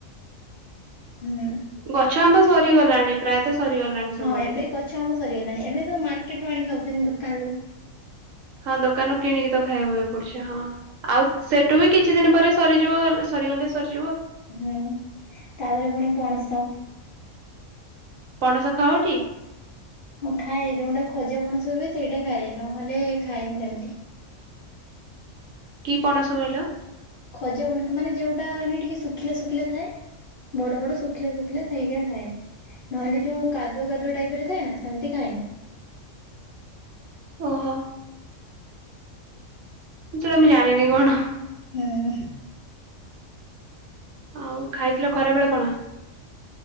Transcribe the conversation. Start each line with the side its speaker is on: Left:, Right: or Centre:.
Left: ହୁଁ
Right: ଗଛ ଆମ୍ବ ସରିଗଲାଣି ପ୍ରାୟତଃ ସରିଗଲାଣି ସବୁଆଡେ
Left: ହଁ ଏବେ ଗଛ ଆମ ସରିଗଲାଣି, ଏବେ ତ ମାର୍କେଟ ରୁ ଆଣି ଖାଉଛନ୍ତି ଦୋକାନରୁୁ
Right: ହଁ ଦୋକାନରୁ କିଣିକି ତ ଖାଇବାକୁ ପଡୁଛ ହଁ, ଆଉ ସେଠୁ ବି କିଛି ଦିନ ପରେ ସରିଯିବ, ସରିଗଲେ ସରିଯିବ ।
Left: ହୁଁ, ତାପରେ ପୁଣି ପଣସ
Right: ପଣସ ଖାଅଟି--?
Left: ହଁ ଖାଏ, ଯୋଉଟା ଖୋଜାପଣସ ରୁହେ ସେଇଟା ଖାଏ, ନହେଲେ ଖାଏନି ସେମିତି
Right: କି ପଣସ କହିଲ?
Left: ଖଜ ବୁଣ ତ ମାନେ ଯୋଉଟା ମାନେ ଟିକେ ଶୁଖିଲେ ଶୁଖିଲେ ଥାଏ । ବଡ ବଡ ଶୁଖିଲା ଶୁଖିଲା ସେଇକା ଖାଏ ନହେଲେ ଯୋଉ କାଦୁଆ କାଦୁଆ ଟାଇପ ରେ ଥାଏ ନା ସେମତି ଖାଏନି
Right: ଓହୋ। ମୁଁ ସେଟା ମୁଁ ଜାଣିନି କଣ?
Left: ହଁ
Right: ଆଉ ଖାଇଥିଲ ଖରା ବେଳେ କଣ?